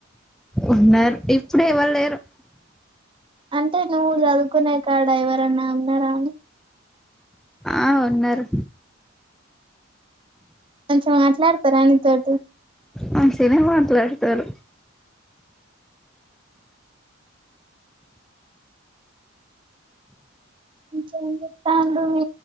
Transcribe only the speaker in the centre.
ఉన్నారు ఇప్పుడు ఎవ్వలు లేరు
ఆ ఉన్నారు
మంచిగనే మాట్లాడుతారు